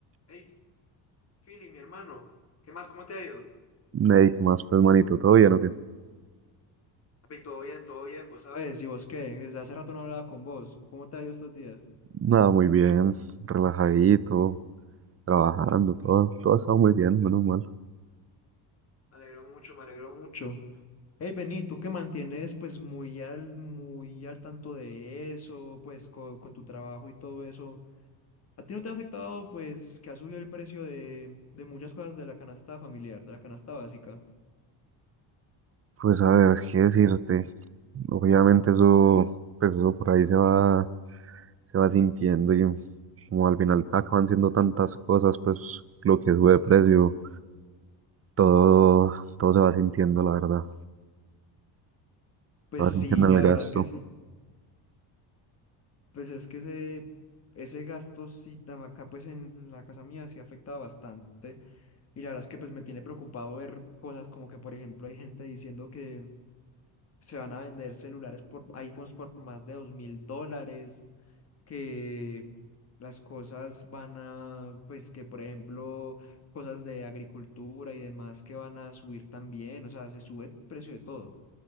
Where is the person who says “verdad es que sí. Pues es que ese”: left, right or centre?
Left